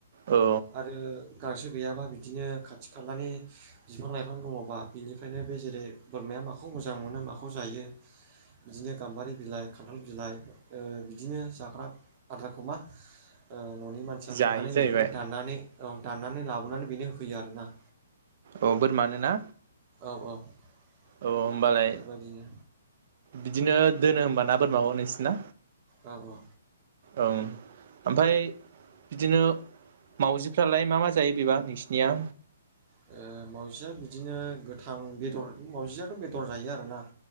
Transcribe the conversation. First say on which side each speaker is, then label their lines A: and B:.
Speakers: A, on the right (about 50°); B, on the right (about 35°).
A: औ
B: आरो गांसो गैयाबा बिदिनो खाथि खालानि बिफां लाइफां दङबा बिनिफ्रायनो बे जेरै बोरमाया माखौ मोजां मोनो माखौ जायो। बिदिनो गाम्बारि बिलाइ खान्थाल बिलाइ ओ बिदिनो जाग्रा आदारखौ मा ओ न'नि मानसिया
A: जायो
B: थांनानै
A: जाहैबाय
B: बेखौनो दाननानै औ दाननानै लाबोनानै बेनो होफैयो आरो ना।
A: अ बोरमानो ना?
B: <unintelligible>
A: औ होमबालाय
B: बेबायदिनो
A: बिदिनो दोनो होमबा ना बोरमाखौ नोंसिना?
B: औ ओ
A: ओं ओमफाय बिदिनो मावजिफ्रालाय मा मा जायो बेबा नोंसिनिया?
B: ओ मावजिया बिदिनो गोथां बेदर मावजियाथ' बेदर जायो आरोना।